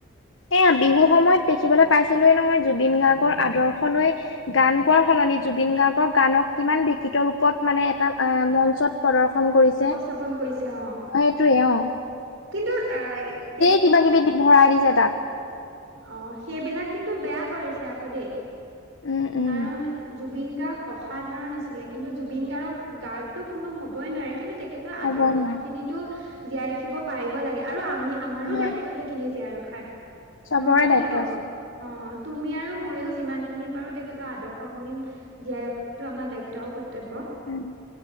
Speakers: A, on the left; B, on the right.
A: এয়া বিহু সময়ত দেখিবলৈ পাইছিলোৱে নহয় জুবিন গাৰ্গৰ আদৰ্শ লৈ গান গোৱাৰ সলনি জুবিন গাৰ্গৰ গানক কিমান বিকৃত ৰূপত মানে এটা মঞ্চত প্ৰদৰ্শন কৰিছে,
B: উপস্থাপন কৰিছে অ
A: সেইটোৱে অঁ।
B: কিন্তু এই কে
A: কিবা কিবি ভৰাই দিছে তাত।
B: অঁ সেইবিলাক কিন্তু বেয়া কৰিছে আক' দেই।
A: উম উম।
B: কাৰণ জুবিন গাৰ্গ অসাধাৰণ আছিলে কিন্তু জুবিন গাৰ্গক গাৰ্গটো কোনো হ'বই নোৱাৰে কিন্তু তে খেতৰ
A: হ'বই
B: আদৰ্শ
A: নোৱাৰে
B: খিনিতো জীয়াই ৰাখিব পাৰিব লাগে আৰু আমি আমাৰো
A: হয়
B: দায়িত্ব সেইখিনি জীয়াই ৰখাৰ।
A: চবৰে
B: ন হয়
A: দায়িত্ব
B: নাই বাৰু?
A: আছে
B: অঁ। তুমি আৰু মইয়ো যিমান খিনি পাৰো তেখেতৰ আদৰ্শ খিনি জীয়াই ৰখাটো আমাৰ দায়িত্ব আৰু কৰ্তব্য।
A: উম